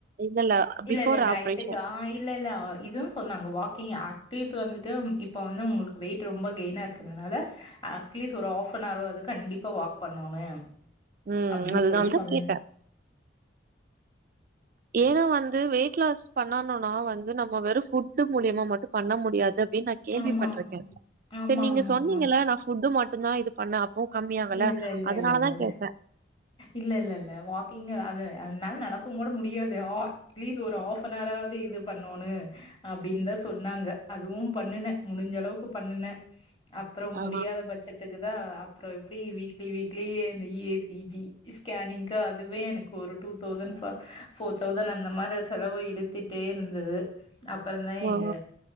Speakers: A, on the right; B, on the left.
A: இல்லல்ல
B: இல்ல
A: பிஃபோர்
B: இல்ல டயட்டக்கு
A: ஆப்ரேஷன்
B: ஆ இல்ல இல்ல இது சொன்னாங்க வாக்கிங் ஆக்டிவஸ் வந்துட்டு இப்போ வந்து உங்களுக்கு வெயிட் ரொம்ப கெயினனா இருக்கிறதுனால அட்லீஸ்ட் ஒரு ஹாஃப் அன் அவர் வது கண்டிப்பா வாக் பண்ணோனு
A: ம்
B: அப்படின்னு
A: அதனாலதா
B: சொல்லி சொன்
A: கேட்டே ஏன்னா வந்து வெயிட் லாஸ் பண்ணணும்னா வந்து நம்ம வெறும் ஃபுட் மூலியமா மட்டும் பண்ண முடியாது அப்படின்னு நா கேள்விப்பட்டிருக்கே
B: ஆமா ஆமா ஆமா
A: சரி நீங்க
B: ஆமா
A: சொன்னீங்க
B: ஆமா
A: நா ஃபுட்டு மட்டும்தா இது பண்ண அப்பவும் கம்மியாங்கல்ல
B: இல்ல இல்ல இல்ல
A: அதனால
B: இல்ல இல்ல
A: தா கேட்ட
B: இல்ல இல்ல இல்ல வாக்கிங அது அதனால நடக்கும் கூட முடியாது அட்லீஸ்ட் ஒரு ஹாஃப் அன்ரா ஆவது இது பண்ணோன்னு அப்படின்னுதா சொன்னாங்க அதுவும் பண்ணுனே முடிஞ்ச அளவுக்கு பண்ணுனே அப்புறம்
A: ஆ
B: முடியாத பட்சத்துக்கு தா அப்புறம் எப்படி வீக்லி வீக்லி இசிஜி ஸ்கேனிங்க அதுவே எனக்கு ஒரு டூ தௌசண்ட் ஃபோர் தௌசண்ட் அந்த மாதிரி செலவு இழுத்துட்டே இருந்தது அப்பறம்தா
A: ஓ
B: எங்க